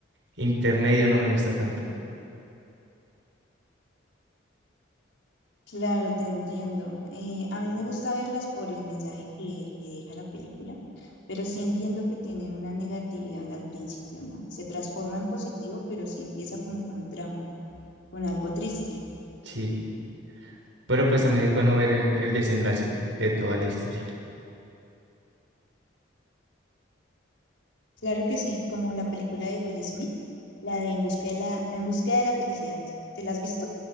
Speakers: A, on the right; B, on the left.
A: intermedio no me gusta tanto.
B: Claro, te entiendo. Eh, a mí me gusta verlas por el mensaje que, que deja la película, pero sí entiendo que tiene una negatividad al principio, ¿no? Se transforma en positivo, pero sí empieza como con un drama, con algo triste.
A: Sí, pero pues también es bueno ver el, el desenlace de toda la historia.
B: Claro que sí, como la película de Will Smith, la de En búsqueda de la, En búsqueda de la felicidad. ¿Te la has visto?